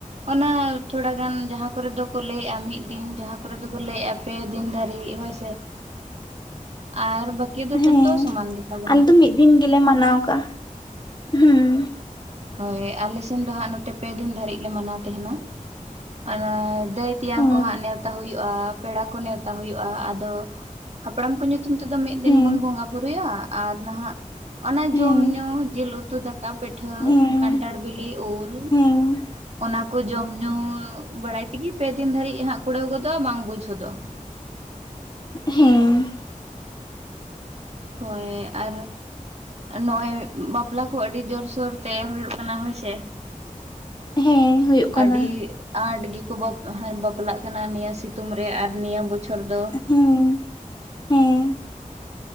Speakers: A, on the right; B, on the left.
A: ᱚᱱᱟ ᱛᱷᱚᱲᱟ ᱜᱟᱱ ᱡᱟᱦᱟ ᱠᱚᱨᱮ ᱫᱚᱠᱚ ᱞᱟᱹᱭᱮᱫ-ᱟ ᱢᱤᱫ ᱫᱤᱱ ᱡᱟᱦᱟᱸ ᱠᱚᱨᱮ ᱫᱚᱠᱚ ᱞᱟᱹᱭᱮᱫᱼᱟ ᱯᱮ ᱫᱤᱱ ᱫᱷᱟᱹᱨᱤᱡ ᱦᱚᱭ ᱥᱮ
B: <unintelligible>
A: ᱟᱨ ᱵᱟᱠᱤ ᱫᱚ
B: ᱦᱮᱸ
A: ᱡᱚᱛᱚ ᱥᱚᱢᱟᱱ ᱜᱮᱛᱟᱵᱚᱱᱟ
B: ᱟᱞᱮ ᱫᱚ ᱢᱤᱫ ᱫᱤᱱ ᱜᱮᱞᱮ ᱢᱟᱱᱟᱣ ᱟᱠᱟᱫ-ᱟ ᱦᱩᱸ
A: ᱦᱚᱭ ᱟᱞᱮ ᱥᱮᱱ ᱫᱚ ᱦᱟᱜ ᱱᱚᱛᱮ ᱯᱮ ᱫᱤᱱ ᱫᱷᱟᱹᱨᱤᱡ ᱞᱮ ᱢᱟᱱᱟᱣ ᱛᱟᱦᱮᱱᱟ ᱚᱱᱟ ᱫᱟᱹᱭ ᱛᱮᱭᱟᱝ
B: ᱚ
A: ᱠᱚ ᱦᱟᱜ ᱱᱮᱣᱛᱟ ᱦᱩᱭᱩᱜᱼᱟ ᱯᱮᱲᱟ ᱠᱚ ᱱᱮᱣᱛᱟ ᱦᱩᱭᱩᱜᱼᱟ ᱟᱫᱚ ᱦᱟᱯᱲᱟᱢ ᱠᱚ ᱧᱩᱛᱩᱢ ᱛᱮᱫᱚ ᱢᱤᱫ ᱫᱤᱱ
B: ᱦᱮᱸ
A: ᱵᱚᱱ ᱵᱚᱸᱜᱟ ᱵᱩᱨᱩᱭᱟ ᱟᱨ ᱱᱟᱦᱟᱜ ᱚᱱᱟ
B: ᱦᱮᱸ
A: ᱡᱚᱢ ᱧᱩ ᱡᱤᱞ ᱩᱛᱩ ᱫᱟᱠᱟ ᱯᱤᱴᱷᱟᱹ
B: ᱦᱮᱸ
A: ᱠᱟᱱᱴᱟᱲ ᱵᱤᱞᱤ ᱩᱞ
B: ᱦᱮᱸ
A: ᱚᱱᱟ ᱠᱚ ᱡᱚᱢ ᱧᱩ ᱵᱟᱲᱟᱭ ᱛᱮᱜᱮ ᱯᱮᱫᱤᱱ ᱫᱷᱟᱹᱨᱤᱡ ᱦᱟᱸᱜ ᱠᱩᱲᱟᱹᱣ ᱜᱚᱫᱚᱜ-ᱟ ᱵᱟᱝ ᱵᱩᱡ ᱦᱚᱫᱚᱜ-ᱟ
B: ᱦᱮᱸ
A: ᱦᱳᱭ ᱟᱨ ᱱᱚ ᱚᱭ ᱵᱟᱯᱞᱟ ᱠᱚ ᱟᱹᱰᱤ ᱡᱳᱨᱥᱳᱨᱛᱮ ᱦᱩᱭᱩᱜ ᱠᱟᱱᱟ ᱦᱳᱭᱥᱮ
B: ᱦᱮᱸ ᱦᱩᱭᱩᱜ ᱠᱟᱱᱟ
A: ᱟᱹᱰᱤ ᱟᱸᱴ ᱜᱮᱠᱚ <unintelligible> ᱵᱟᱯᱞᱟᱜ ᱠᱟᱱᱟ ᱱᱤᱭᱟᱹ ᱥᱤᱛᱩᱝ ᱨᱮ ᱟᱨ ᱱᱤᱭᱟᱹ ᱵᱚᱪᱷᱚᱨ ᱫᱚ
B: ᱦᱮᱸ ᱦᱮᱸ